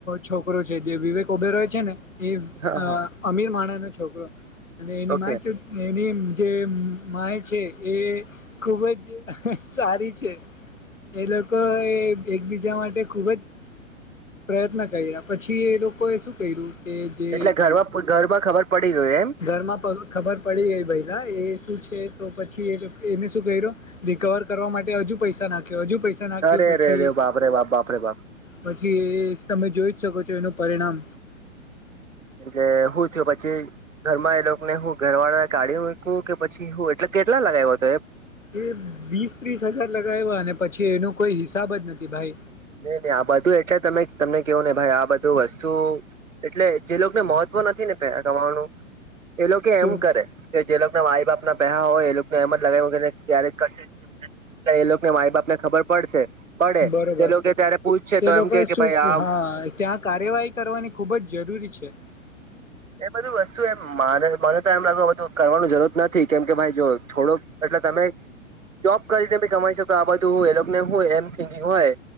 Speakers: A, on the left; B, on the right.
A: છોકરો છે જે વિવેક ઉભેર હોય છે ને એ
B: હા હા
A: અમીર માણસનો છોકરો અને એની
B: ઓકે
A: મા ચોત એ ની જે માં છે એ ખુબ જ સારી છે એ લોકો એકબીજા માટે તે ખૂબ જ પ્રયત્ન કર્યા પછી એ લોકોએ શું કર્યું કે જે
B: એટલે ઘરમાં ઘરમાં ખબર પડી ગયું એમ
A: ઘરમાં ખબર પડી ગઈ ભૈલા એ શું છે તો પછી એને શું ક્યો રિકવર કરવા માટે હજુ પૈસા નાખ્યો હજુ પૈસા નાખ્યો
B: અરે
A: પછી
B: રે રે બાપરે બાપ બાપરે બાપ
A: પછી એ તમે જોઈ જ શકો છો એનું પરિણામ
B: એલે હું થું પછી ઘરમાં એ લોકોને હું ઘર વાળા કાઢીકું કે પછી હું એટલે કેટલા લગાવ્યા
A: એ વીસ ત્રીસ હજાર લગાવ્યા અને પછી એનો કોઈ હિસાબ જ નથી ભાઈ
B: નહી નહી આ બધું એટલે તમે તમને કેવો નને ભાઈ આ બધું વસ્તુ એટલે જે લોકોને મહત્વ નથી ને પે ગમાવાનું એ લોકો એમ
A: શું
B: કરે કે જે લોકો ના માઈ બાપ ના પેહા હોય એ લોકો એમ જ લગાવ કેને ક્યારે ક એ લોકોને માઈ બાપ ને ખબર પડશે પડે
A: બરોબર
B: તે લોકો ત્યારે પૂછશે
A: તે
B: તો
A: લોકો
B: એમ કે
A: એ
B: કે
A: શું
B: ભાઈ આ
A: હા ત્યાં કાર્યવાહી કરવાની ખુબ જ જરૂરી છે છે
B: એ બધું વસ્તુ એ મને તો એમ લાગું કરવાની જરૂરત નથી કેમ કે ભાઈ જો થોડોક એટલે તમે જોબ કરીને બી કમાઈ શકો આ બધું એ લોકોને હોય એમ થિકિંગ હોય